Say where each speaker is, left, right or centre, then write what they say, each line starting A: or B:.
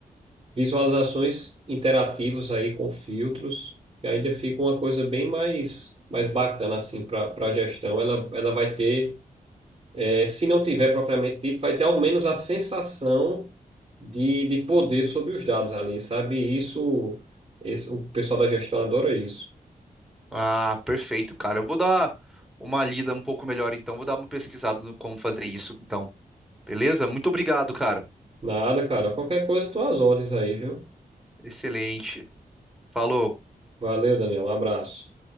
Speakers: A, on the right; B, in the centre.
A: visualizações interativas aí com filtros. E ainda fica uma coisa bem mais mais bacana assim para para gestão. Ela ela vai ter, é, se não tiver propriamente dito, vai ter ao menos a sensação de, de poder sobre os dados ali, sabe? E Isso, esse, o pessoal da gestão adora isso.
B: Ah, perfeito, cara. Eu vou dar uma lida um pouco melhor, então. Vou dar uma pesquisada no como fazer isso, então. Beleza? Muito obrigado, cara.
A: Nada, cara. Qualquer coisa, tuas ordens aí, viu?
B: Excelente. Falou.
A: Valeu, Daniel. Um abraço.